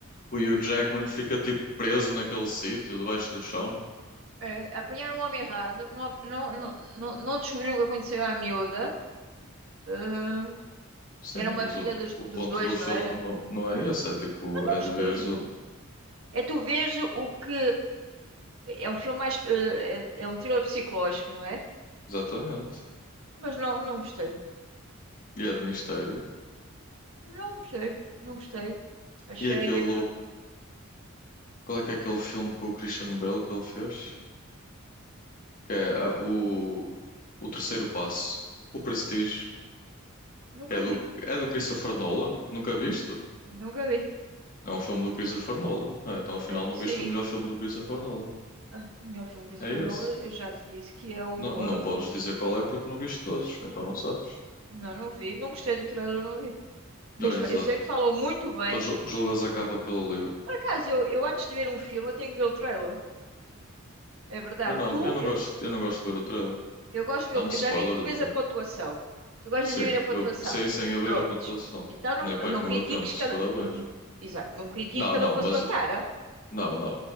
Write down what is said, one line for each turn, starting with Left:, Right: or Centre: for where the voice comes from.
Left: o Hugh Jackman fica tipo preso naquele sítio, debaixo do chão.
Right: É, apanharam um homem errado, não, a- não, não, não, não descobriram o que aconteceu à miúda. Ah,
Left: Sim,
Right: era uma
Left: mas
Right: filha
Left: o,
Right: dos,
Left: o
Right: dos
Left: ponto
Right: dois,
Left: do filme
Right: não era?
Left: não, não é esse. É tipo,
Right: Não
Left: é
Right: gostei,
Left: de veres
Right: não.
Left: o...
Right: É tu vês o que. É um filme mais. eh, É, é um thriller psicológico, não é?
Left: Exatamente.
Right: Mas não, não gostei.
Left: E é de mistério.
Right: Não gostei. Não gostei. Achei.
Left: E aquele.
Right: eh,
Left: Qual é que é aquele filme com o Christian Bale que ele fez? Que é ah, o, o Terceiro Passo, o Prestige,
Right: nunca
Left: que é do,
Right: vi.
Left: é do Christopher Nolan. Nunca viste?
Right: Nunca vi.
Left: É um filme do Christopher Nolan. Ah, então afinal
Right: Eh,
Left: não
Right: sim.
Left: viste o melhor filme do Christopher Nolan.
Right: ah, o melhor filme que Christopher
Left: É esse.
Right: Nolan, eu já te disse que é o.
Left: Não, não
Right: ah,
Left: podes dizer qual é porque não viste todos, então não sabes.
Right: não, não vi. Não gostei do trailer, não vi. Mas
Left: Ah, exato.
Right: fa- eu sei que falam muito bem.
Left: Então ju- julgas a capa pelo livro.
Right: Por acaso, eu, eu antes de ver um filme, eu tenho que ver o trailer. É verdade.
Left: Eu não,
Right: Tu,
Left: eu não
Right: eu,
Left: gosto, eu não gosto de ver o trailer.
Right: Eu gosto, de-
Left: Dá-me spoiler
Right: eu já vi que tu
Left: do
Right: vês
Left: trailer.
Right: a pontuação. Tu gostas
Left: Sim,
Right: de ver a pontuação.
Left: eu, sei sim, eu
Right: Prontos.
Left: vejo a pontuação.
Right: Então não,
Left: Nem perco
Right: não critiques
Left: o meu tempo se
Right: cada.
Left: for abaixo.
Right: Não, exato, não me critiques
Left: Não,
Right: cada
Left: não,
Right: um com
Left: mas
Right: a sua tara.
Left: Não, não.